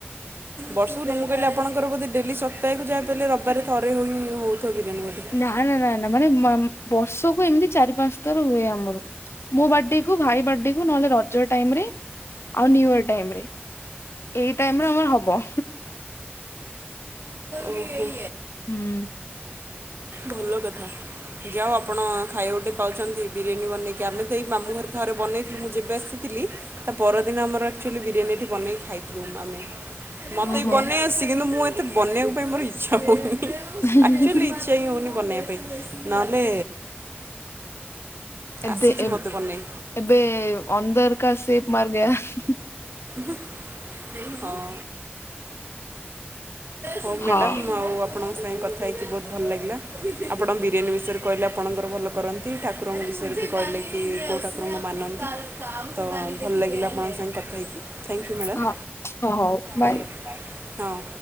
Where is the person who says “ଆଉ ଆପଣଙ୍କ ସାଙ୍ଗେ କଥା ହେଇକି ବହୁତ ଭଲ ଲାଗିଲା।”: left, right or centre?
Right